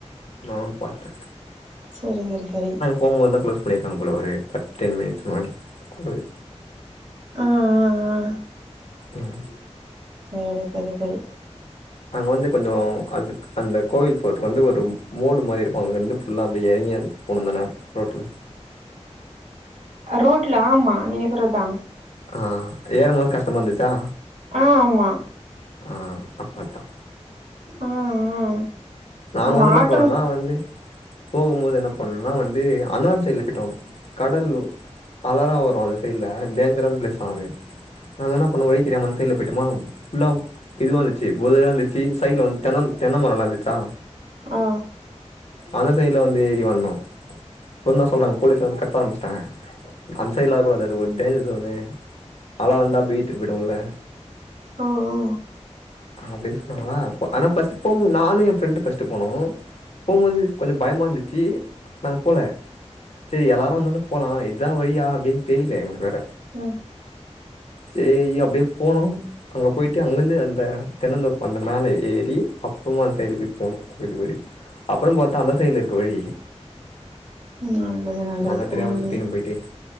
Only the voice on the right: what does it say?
சரி சரி சரி
ஆ ஆ ஆ
சேரி சரி சரி
ரோட்ல ஆமா நீ சொல்றதா
ஆ ஆமா
ஆ ஆ
ஆமா
ஆட்டோ
ஆ
ஆ ஆ
ம்
நல்லது நல்லது
ஆ
ம்